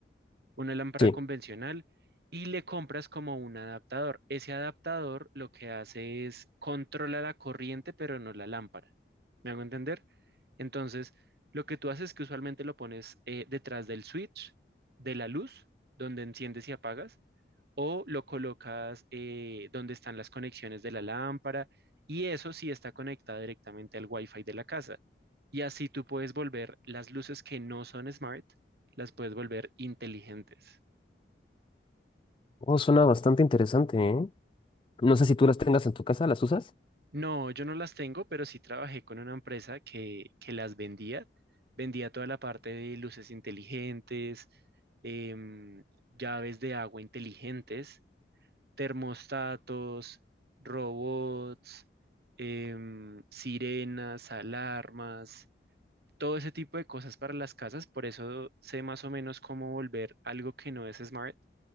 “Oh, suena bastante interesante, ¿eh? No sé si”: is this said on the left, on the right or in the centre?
Left